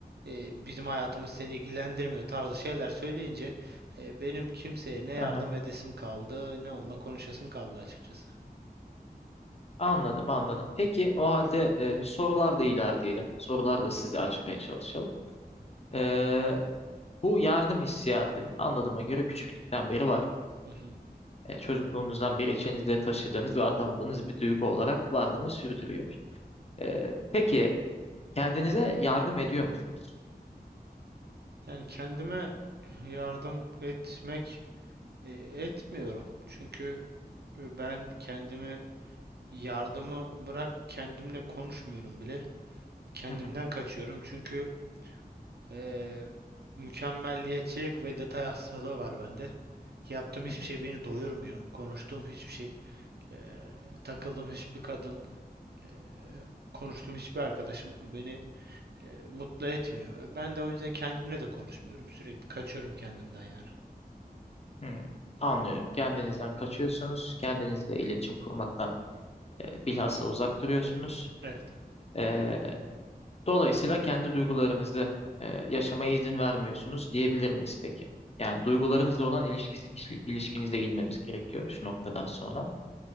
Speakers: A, on the right; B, on the left.
A: E, bizim hayatımız seni ilgilendirmiyor tarzı şeyler söyleyince e, benim kimseye ne yardım
B: Aha,
A: edesim kaldı ne onunla konuşasım kaldı açıkçası.
B: anladım anladım. Peki o halde e, sorular da ilerleyelim. Sorular da size açmaya çalışalım. Ee, bu yardım hissiyatı anladığıma göre küçüklükten beri var.
A: Hı hı.
B: E, çocukluğunuzdan beri içinizde taşıdığınız ve atamadığınız bir duygu olarak varlığını sürdürüyor. E, peki kendinize yardım ediyor musunuz?
A: Yani kendime yardım etmek e, etmiyorum çünkü E, Ben kendimi yardımı bırak kendimle konuşmuyorum bile. Kendimden
B: Hı hı,
A: kaçıyorum çünkü e, mükemmelliyetçilik ve detay hastalığı var bende. Yaptığım
B: <laughs> hı
A: hiçbir şey beni doyurmuyor. Konuştuğum hiçbir şey, e, takıldığım hiçbir kadın, e, konuştuğum hiçbir arkadaşım beni e, mutlu etmiyor. E, Ben de o yüzden kendimle de konuşmuyorum. Sürekli kaçıyorum kendimden yani.
B: hı, hı. Anlıyorum. Kendinizden kaçıyorsunuz. Kendinizle iletişim kurmaktan e, bilhassa uzak duruyorsunuz.
A: Evet.
B: E, dolayısıyla kendi duygularınızı e, yaşamaya izin vermiyorsunuz diyebilir miyiz peki? Yani duygularınızla olan ilişkisi, ilişkinize inmemiz gerekiyor şu noktadan sonra.